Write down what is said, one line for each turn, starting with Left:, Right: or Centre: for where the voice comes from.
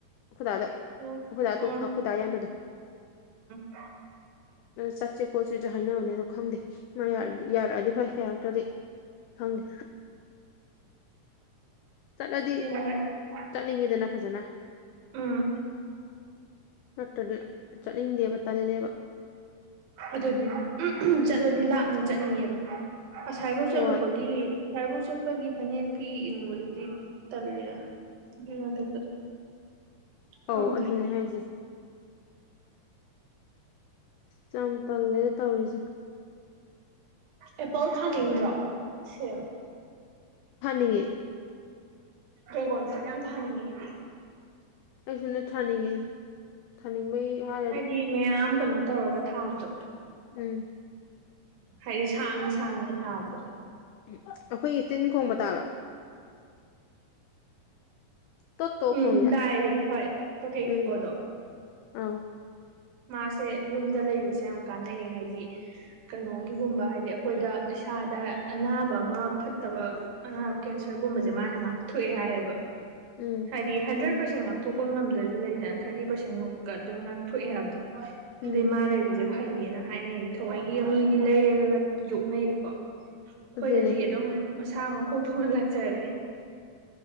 Left: ꯑꯩꯈꫭꯏ ꯗꯥꯗ ꯑꯩꯈꫭꯏ
Right: ꯑꯣ
Left: ꯗꯥ ꯑꯇꫭꯝ
Right: ꯑꯣ
Left: ꯑꯩꯈꫭꯏ ꯗꯥ ꯌꯥꯏ ꯃꯗꯣ
Right: <unintelligible>
Left: ꯆꯠꯁꯦ ꯀꯣꯠꯁꯦꯁꯨ ꯍꯥꯏꯅꯔꯅꯦ ꯑꯗꯣ ꯈꯪꯗꯦ ꯃꯥ ꯌꯥꯔꯛꯑꯗꯤ ꯐꯩ ꯌꯥꯔꯛꯇ꯭ꯔꯗꯤ ꯈꯪꯗꯦ ꯆꯂꯗꯤ
Right: ꯎꯝ <unintelligible>
Left: ꯆꯠꯅꯤꯡꯉꯤꯗꯅ ꯐꯖꯅ
Right: ꯎꯝ
Left: ꯅꯠꯇ꯭ꯔꯗꯤ ꯆꯠꯅꯤꯡꯗꯦꯕ ꯇꯜꯂꯦꯕ
Right: ꯑꯗꯨꯅꯦ ꯆꯠꯂꯗꯤ ꯂꯥꯞꯅ ꯆꯠꯅꯤꯡꯉꯦꯕ ꯑꯁꯥꯏꯐꯧ ꯆꯠꯂꯨꯕꯒꯤ
Left: ꯍꯣꯏ
Right: ꯈꯕꯧ ꯆꯠꯄꯒꯤ ꯐꯅꯦꯛ ꯐꯤ ꯏꯟꯕꯗꯨꯗꯤ ꯇꯜꯂꯦꯗꯅ ꯑꯗꯨꯒꯤ ꯃꯊꯛꯇ
Left: ꯑꯧ
Right: ꯈꯪꯗ꯭ꯔꯦ
Left: ꯑꯗꯨꯅꯦ ꯍꯥꯏꯁꯦ ꯌꯥꯝ ꯇꯜꯂꯦ ꯇꯧꯔꯤꯁꯦ
Right: ꯑꯦꯄꯜ ꯊꯥꯅꯤꯡꯗ꯭ꯔꯣ ꯁꯦꯝ
Left: ꯍꯥꯏꯅꯤꯡꯉꯤ
Right: ꯗ꯭ꯔꯦꯒꯣꯟꯁꯦ ꯌꯥꯝ ꯊꯥꯅꯤꯡꯉꯦ ꯑꯩꯗꯤ
Left: ꯑꯩꯁꯨꯅꯦ ꯊꯥꯅꯤꯡꯉꯤ ꯊꯥꯅꯤꯡꯕꯩ ꯍꯥꯏꯔꯗꯤ
Right: ꯍꯥꯏꯗꯤ ꯃꯌꯥꯝ ꯀꯩꯅꯣ ꯇꯧꯔꯒ ꯊꯥꯕꯗꯣ
Left: ꯎꯝ
Right: ꯍꯥꯏꯗꯤ ꯁꯥꯡꯉ ꯁꯥꯡꯉꯦ ꯊꯥꯕꯗꯣ
Left: ꯎꯝ ꯑꯩꯈꯣꯏꯒꯤ ꯇꯤꯟ ꯈꯣꯡꯕ ꯇꯥꯕ꯭ꯔꯥ ꯇꯣꯠ ꯇꯣꯠ
Right: ꯎꯝ
Left: ꯈꯣꯡꯉꯤꯁꯦ
Right: ꯇꯥꯏ ꯍ ꯇꯣ ꯀ
Left: ꯎꯝ
Right: ꯀꯩ ꯀꯣꯗꯣ
Left: ꯑꯥꯎ
Right: ꯃꯥꯁꯦ ꯌꯨꯝꯗ ꯂꯩꯕꯁꯦ ꯌꯥꯝ ꯀꯥꯟꯅꯩꯌꯦ ꯍꯥꯏꯗꯤ ꯀꯩꯅꯣꯒꯤꯒꯨꯝꯕ ꯍꯥꯏꯗꯤ ꯑꯩꯈꯣꯏꯗ ꯏꯁꯥꯗ ꯑꯅꯥꯕ ꯑꯃ ꯐꯠꯇꯕ ꯑꯅꯥꯕ ꯀꯦꯟꯁꯔꯒꯨꯝꯕꯁꯦ ꯃꯥꯅ ꯉꯥꯛꯊꯣꯛꯑꯦ ꯍꯥꯏꯌꯦꯕ
Left: ꯎꯝ
Right: ꯍꯥꯏꯗꯤ ꯍꯟꯗ꯭ꯔꯦꯠ ꯄꯥꯔꯁꯦꯟ ꯉꯥꯛꯊꯣꯛꯄ ꯉꯝꯗ꯭ꯔꯁꯨ ꯂꯩꯗꯅ ꯊꯥꯔꯇꯤ ꯄꯥꯔꯁꯦꯟꯃꯨꯛꯀ ꯑꯗꯨꯝ ꯉꯥꯛꯊꯣꯛꯑꯦ ꯍꯥꯏꯕꯗꯣ
Left: ꯎꯝ
Right: ꯑꯗꯨꯏ ꯃꯥ ꯂꯩꯕꯁꯦ ꯐꯩꯌꯦꯅ ꯍꯥꯏꯅꯩꯌꯦ ꯊꯑꯣꯏꯒꯤ ꯃꯤꯗꯤ ꯂꯩꯔꯒꯒ ꯌꯣꯛꯅꯩꯌꯦꯀꯣ ꯑꯩꯈꯣꯏꯗꯗꯤ
Left: ꯑꯗꯨꯅꯦ
Right: ꯑꯗꯨꯝ ꯃꯁꯥ ꯃꯈꯣꯡ ꯊꯣꯛꯨꯅ ꯂꯥꯛꯆꯔꯦ